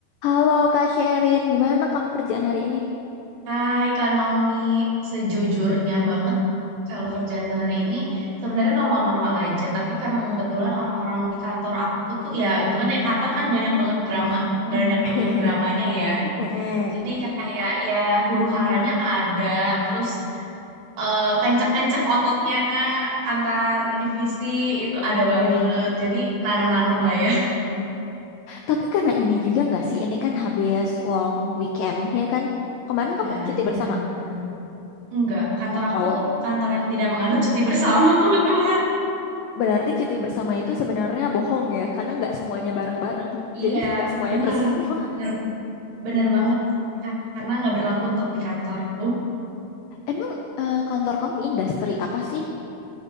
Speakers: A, on the left; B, on the right.
A: Halo Kak Sherin, gimana kamu kerjaan hari ini?
B: Hai Kak Naomi, sejujurnya banget kalau kerjaan hari ini sebenarnya normal-normal aja, tapi karena
A: Mm.
B: kebetulan orang-orang di kantor aku tuh ya gimana ya, kantor kan banyak banget drama, banyak
A: <laughs>
B: banget dramanya ya.
A: Mm-mm.
B: Jadi kayak ya huru-haranya ada, terus eh, kenceng-kenceng ototnya antar divisi itu
A: Oh
B: ada
A: baik.
B: banget. Jadi nano-nano lah ya.
A: Tapi karena ini juga nggak sih, ini kan habis long weekend ya kan? Kemarin kamu
B: Ya,
A: cuti
B: iya,
A: bersama.
B: benar. Enggak, kantor aku
A: Oh,
B: kantor yang tidak menganut cuti bersama <laughs> kebetulan.
A: berarti cuti bersama itu sebenarnya bohong ya, karena nggak semuanya bareng-bareng.
B: Iya,
A: Jadi <laughs> nggak semuanya
B: bener,
A: bersama.
B: bener, bener banget. Karena
A: Mm.
B: nggak berlaku untuk di kantorku.
A: Emang eh, kantor kamu industri apa sih?